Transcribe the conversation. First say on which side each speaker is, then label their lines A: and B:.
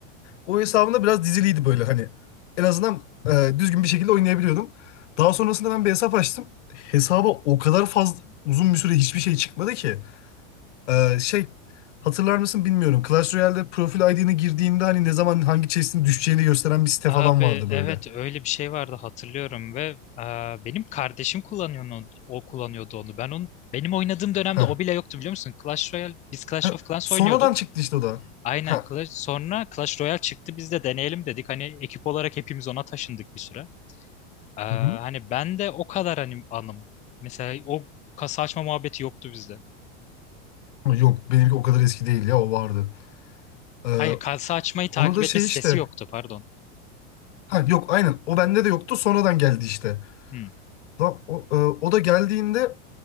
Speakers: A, on the left; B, on the left.
A: O hesabımda biraz diziliydi böyle hani. En azından e, düzgün bir şekilde oynayabiliyordum. Daha sonrasında ben bir hesap açtım. Hesaba o kadar fazla uzun bir süre hiçbir şey çıkmadı ki. Ee, şey hatırlar mısın bilmiyorum. Clash Royale'de profil ID'ne girdiğinde hani ne zaman hangi chest'in düşeceğini gösteren bir site
B: Abi
A: falan vardı
B: evet
A: böyle.
B: öyle bir şey vardı hatırlıyorum ve aa, benim kardeşim kullanıyor onu, o kullanıyordu onu. Ben onun benim oynadığım dönemde
A: Heh.
B: o bile yoktu biliyor musun? Clash Royale biz Clash
A: Heh.
B: of Clans
A: Sonradan
B: oynuyorduk.
A: çıktı işte o da.
B: Aynen
A: Heh.
B: Clash. Sonra Clash Royale çıktı biz de deneyelim dedik. Hani ekip olarak hepimiz ona taşındık bir süre. Ee,
A: Hı-hı.
B: hani ben de o kadar hani anım. Mesela o kasa açma muhabbeti yoktu bizde.
A: Yok benimki o kadar eski değil ya o vardı. Ee,
B: Hayır kasa açmayı takip
A: onu da
B: etme
A: şey
B: sitesi
A: işte.
B: yoktu pardon.
A: Ha yok aynen o bende de yoktu sonradan geldi işte.
B: Hmm.
A: Lan O, e, o da geldiğinde